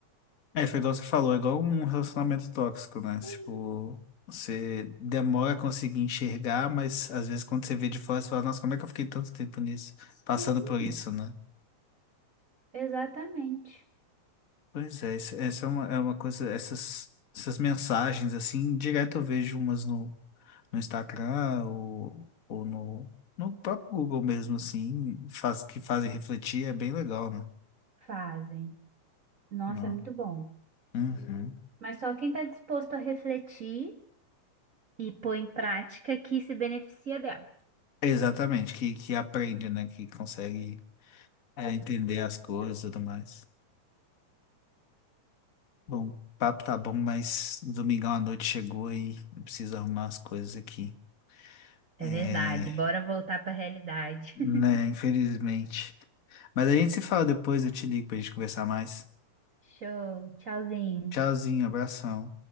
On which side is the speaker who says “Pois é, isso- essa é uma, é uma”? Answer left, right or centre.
Left